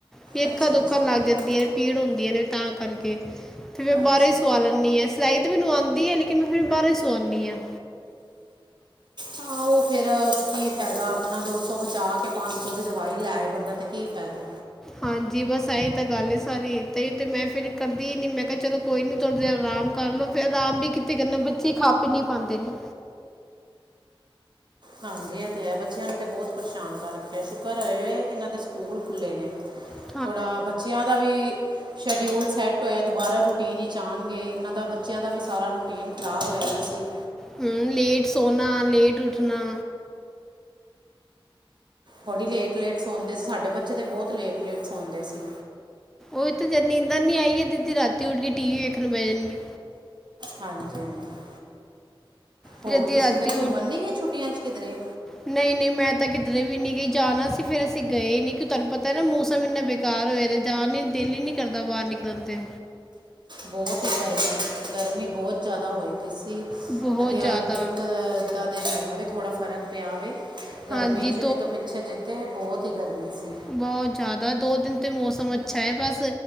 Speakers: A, in the centre; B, on the right.
A: ਫੇਰ
B: ਅੱਛਾ
A: ਅੱਖਾਂ ਦੁੱਖਣ
B: ਅੱਛਾ
A: ਲਗ
B: ਠੀਕ
A: ਜਾਂਦਿਆਂ ਨੇ ਪੀੜ ਹੁੰਦੀਆਂ ਨੇ ਤਾਂ ਕਰਕੇ। ਤੇ ਫੇਰ
B: ਅੱਛਾ
A: ਬਾਰੋਂ ਈ ਸਵਾ
B: ਜੀ
A: ਲੈਂਣੀ ਆ,। ਸਲਾਈ ਤਾ ਮੈਨੂੰ ਆਂਦੀ ਐ, ਲੇਕਿਨ ਮੈਂ ਫੇਰ ਬਾਰੋਂ ਈ ਸਵਾਨੀ ਆ।
B: ਹਾਂ ਓ ਫੇਰ ਕੀ ਫੈਦਾ ਆਪਣਾ ਦੋ ਸੌ ਬਚਾ ਕੇ- ਪੰਜ ਸੌ ਦੀ ਦਵਾਈ ਲੈਏ ਬੰਦਾ ਤੇ ਕੀ ਫੈਦਾ।
A: ਹਾਂਜੀ ਬਸ ਐਈ ਤਾ ਗੱਲ ਏ ਸਾਰੀ, ਤੇ ਈ ਤੇ ਮੈਂ ਫੇਰ ਕਰਦੀ ਨੀ ਮੈਂ ਕਿਆ ਚਲੋ ਕੋਈ ਨੀ ਥੋੜੀ ਦੇਰ ਆਰਾਮ ਕਰ ਲੋ, ਫੇਰ ਆਰਾਮ ਵੀ ਕਿਥੇ ਕਰਨਾ ਬੱਚੇ ਖੱਪ ਈ ਇਨੀ ਪਾਂਦੇ ਨੇ।
B: ਹਾਂਜੀ ਐ ਤੇ ਹੈ, ਬੱਚਿਆਂ ਨੇ ਤੇ ਬੋਤ ਪਰਸ਼ਾਨ ਕਰ ਰੱਖਿਆ, ਸ਼ੁਕਰ ਹੋਏ ਓਏ ਏਨਾਂ ਦੇ ਸਕੂਲ ਖੁੱਲ੍ਹੇ ਨੇ।
A: ਹ <inaudible>
B: ਥੋੜਾ ਬੱਚਿਆਂ ਦਾ ਵੀ ਸ਼ਡਿਊਲ ਸੈੱਟ ਹੋਏਆ ਦੁਬਾਰਾ ਰੂਟੀਨ ਵਿਚ ਆਨਗੇ ਏਨਾ ਦਾ ਬੱਚੇਆਂ ਦਾ ਵੀ ਸਾਰਾ ਰੂਟੀਨ ਖ਼ਰਾਬ ਹੋਏਆ ਦਾ ਸੀ।
A: ਹੂੰ ਲੇਟ ਸੋਨਾ ਲੇਟ ਉੱਠਨਾ।
B: ਬੜੀ ਲੇਟ-ਲੇਟ ਸੋਂਦੇ ਸੀ ਸਾਡੇ ਬੱਚੇ ਤੇ ਬੋਤ ਲੇਟ-ਲੇਟ ਸੋਂਦੇ ਸੀ।
A: ਓਈ ਤੇ ਜਦ ਨੀਂਦਰ ਨੀ ਆਈ ਅੱਦੀ-ਅੱਦੀ ਰਾਤੀ ਉੱਠ ਕੇ ਟੀ ਵੀ ਵੇਖਨ ਬੈ ਜਾਨਗੇ।
B: ਹਾਂਜੀ-ਹਾਂਜੀ,
A: ਫਿਰ
B: ਹੋਰ
A: ਅੱਧੀ
B: ਤੁਸੀਂ
A: ਰਾਤੀ
B: ਫੇਰ ਘੁੰਮਨ ਨੀ ਗਏ ਛੁੱਟੀਆਂ ਚ ਕਿਧਰੇ।
A: ਨਈ-ਨਈ ਮੈਂ ਤਾਂ ਕਿਦਰੇ ਵੀ ਨੀ ਗਈ ਜਾਨਾ ਸੀ ਫੇਰ ਅਸੀ ਗਏ ਨੀ ਇਕ ਤੁਆਨੂੰ ਪਤਾ ਨਾ ਮੌਸਮ ਏਨਾ ਬੇਕ ਕਾਰ ਹੋਏਆ ਦਾ ਜਾਨ ਨੀ ਦਿਲ ਈ ਨੀ ਕਰਦਾ ਬਾਰ ਨਿਕਲਨ ਤੇ।
B: ਬੋਤ ਈ ਗਰਮੀ-ਗਰਮੀ ਬੋਤ ਜਾਦਾ ਹੋਈ ਦੀ ਸੀ। ਤੀ
A: ਬਹੁਤ
B: ਅਤੇ
A: ਜ਼ਿਆਦਾ
B: ਆਪ ਏਕ ਅੱਦਾ ਦਿਨ ਹੋਏਆ ਵੇ ਥੋੜਾ ਫ਼ਰਕ ਪਿਆ ਵੇ। ਗਰਮੀ
A: ਹਾਂਜੀ
B: ਚ ਨਈ ਤੋ ਪਿੱਛੇ ਜੇ ਤੇ ਬੋਤ ਈ ਗਰਮੀ ਸੀ।
A: ਬਹੁ ਜਾਦਾ ਦੋ ਦਿਨ ਤੇ ਮੌਸਮ ਅੱਛਾ ਏ ਬਸ